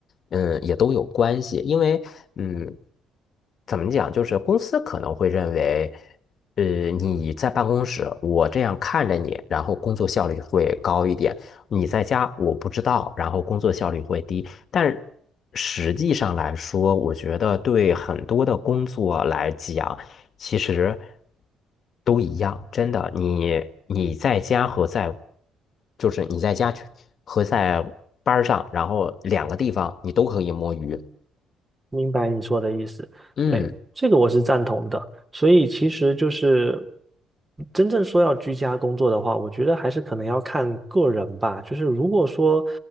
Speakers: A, on the left; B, on the right.
A: 嗯，也都有关系。因为，嗯，怎么讲，就是公司可能会认为，呃，你在办公室，我这样看着你，然后工作效率会高一点；你在家，我不知道，然后工作效率会低。但实际上来说，我觉得对很多的工作来讲，其实都一样，真的。你你在家和在，就是你在家去和在班儿上，然后两个地方你都可以摸鱼。
B: 明白你说的意思，
A: 嗯，
B: 对，这个我是赞同的。所以其实就是真正说要居家工作的话，我觉得还是可能要看个人吧。就是如果说，